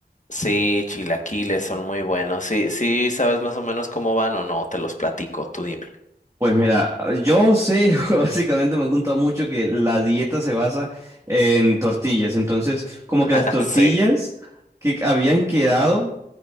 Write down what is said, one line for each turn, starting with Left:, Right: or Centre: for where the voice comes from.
Left: sí, chilaquiles son muy buenos. Sí, sí, ¿sabes más o menos cómo van o no? Te los platico, tú dime.
Right: Pues mira, yo sé, <laughs> básicamente me han contado mucho que la dieta se basa en tortillas. Entonces, como que
Left: <laughs>
Right: las tortillas
Left: Sí.
Right: que habían quedado